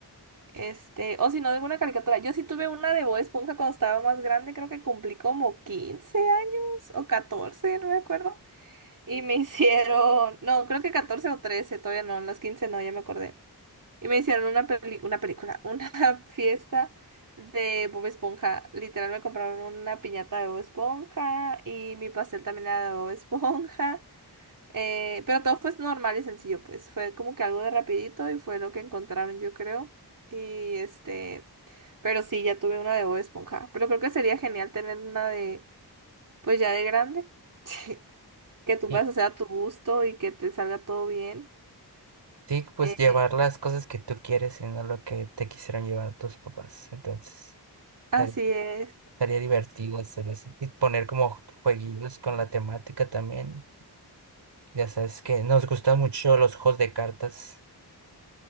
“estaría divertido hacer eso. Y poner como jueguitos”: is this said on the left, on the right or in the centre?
Right